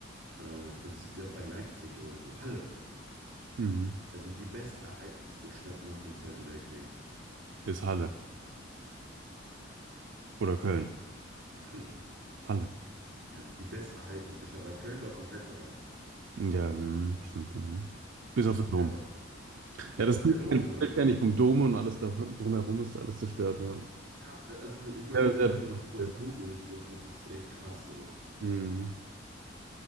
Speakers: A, on the right; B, on the right.
A: Äh, das ist ja bei Leipzig irgendwo. Halle.
B: Mhm.
A: Also die besterhaltenste Stadt nach dem Zweiten Weltkrieg.
B: Ist Halle. Oder Köln.
A: Halle.
B: Halle.
A: Ja, die besterhaltenste Stadt, weil Köln war komplett zerbombt.
B: Ja, hm, stimmt. Hm. Bis
A: Ja.
B: auf den Dom.
A: Kein Wort. Ist
B: Ja, das
A: auf
B: Bild
A: der Dome,
B: kenne das Bild kenn ich vom Dom und alles da, drumherum ist alles zerstört. Ja.
A: ja. Ja, da, also ich meine,
B: Sehr,
A: selbst
B: sehr bekanntes
A: wenn du das kurz
B: Bild.
A: googelst, so, das ist echt krass so.
B: Hm.